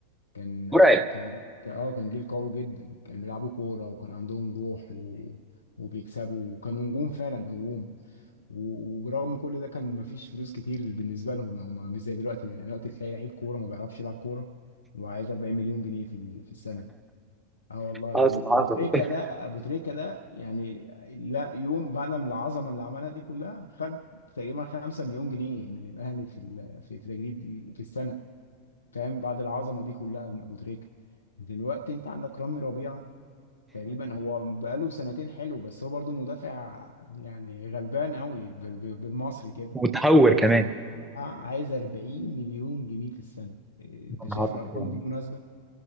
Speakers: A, on the left; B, in the centre.
A: كان
B: مرعب
A: كان كان- اه كان جيل قوي جدا كان بيلعبوا كوره وكان عندهم روح و... وبيكسبوا وكانوا نجوم فعلا نجوم و... وبرغم كل ده كان مفيش فلوس كتير بالنسبه لهم يعني هم مش زي دلوقتي يعني دلوقتي تلاقي لعيب كوره ما بيعرفش يلعب كوره وعايز 40 مليون جنيه في ال- في السنه اه والله
B: حصل
A: يعني
B: حصل
A: ابو تريكه
B: <laughs>
A: ده ابو تريكه ده يعني لا يوم بعد من العظمه اللي عملها دي كلها خد تقريبا 5 مليون جنيه من الاهلي في ال- في التجديد في السنه فاهم بعد العظمه دي كلها من ابو تريكه دلوقتي انت عندك رامي ربيعه تقريبا هو بقاله سنتين حلو بس هو برضو مدافع يعني غلبان قوي بال- بال- بالمصري كده
B: متهور
A: عايز
B: كمان
A: عايز 40 مليون جنيه في السنه إيه، انت
B: يا
A: شايف
B: نهار
A: الارقام
B: ابيض
A: دي مناسبه